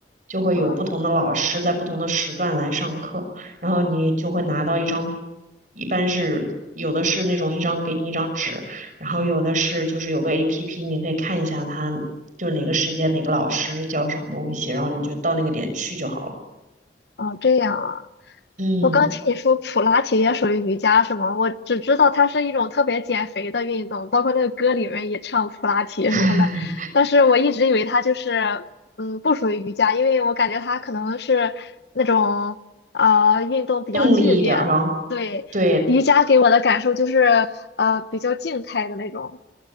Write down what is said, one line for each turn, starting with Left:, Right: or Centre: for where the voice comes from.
Right: 就会有不同的老师在不同的时段来上课。
Left: 哦
Right: 然后你就会拿到一张，一般是有的是那种一张给你一张纸，然后有的是就是有个 APP，你可以看一下它就哪个时间哪个老师是教什么东西，然后你就到那个点去就好了。
Left: 哦，这样啊。
Right: 嗯，
Left: 我刚听你说普拉提也属于瑜伽是吗？我只知道它是一种特别减肥的运动，包括那个歌里面也唱普拉提什么的，
Right: <laughs>
Left: 但是我一直以为它就是嗯不属于瑜伽，因为我感觉它可能是那种呃运动比较剧烈。
Right: 动力一点儿哈。
Left: 对，
Right: 对，
Left: 瑜伽给我的感受就是呃比较静态的那种。